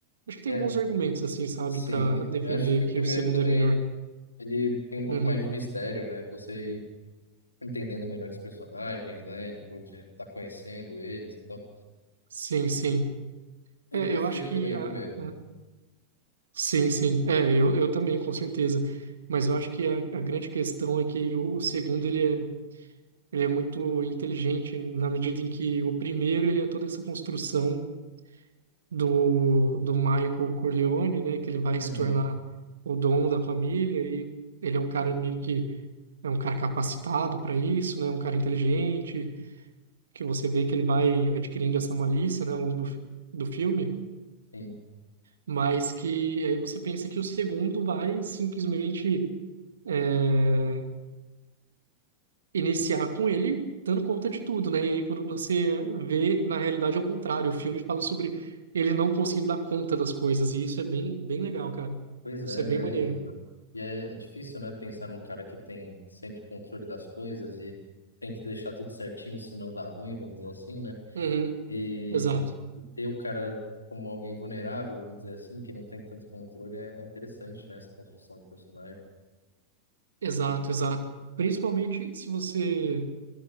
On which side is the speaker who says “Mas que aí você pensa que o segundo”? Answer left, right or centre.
Right